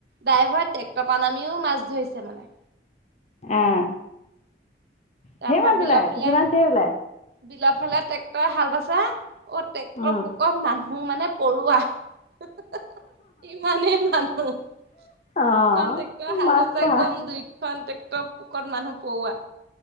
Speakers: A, on the right; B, on the left.
A: ড্ৰাইভাৰ ট্ৰেক্টৰ পান নামিও মাছ। ধৰিছে মানে।
B: আহ,
A: তাৰ
B: ধেই
A: পৰা
B: মাছ
A: বিলৰ
B: ওলাই
A: ফালে
B: পুথি মাছ ধেই ওলাই।
A: বিলৰ ফালে ট্ৰেক্টৰ হাল বাইচা অ, ট্ৰেক্টৰ
B: উম,
A: পোকত মানুহ মানে পৰুোৱা। হো হো হো বা। ইমানেই মানুহ দুখন
B: অ'
A: টেকটৰ হাল
B: মাছ
A: বাইছে
B: ধৰা
A: একদম দুই। খন ট্ৰেক্টৰ পোকৰত মানুহ পৰোৱা।